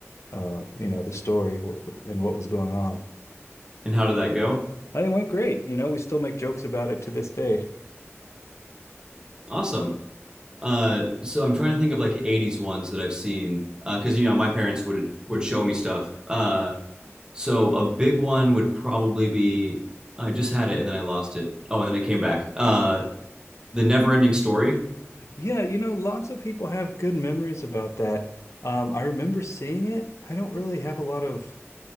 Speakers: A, on the left (about 70°); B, on the right (about 15°).
A: uh, you know, the story and what was going on.
B: And how did that go?
A: And it went great. You know, we still make jokes about it to this day.
B: Awesome. Uh, so I'm trying to think of like 80s ones that I've seen because uh, you know my parents would would show me stuff. Uh, so a big one would probably be I just had it and then I lost it. Oh, and then it came back. Uh, the Never-Ending Story.
A: Yeah, you know, lots of people have good memories about that. Um, I remember seeing it. I don't really have a lot of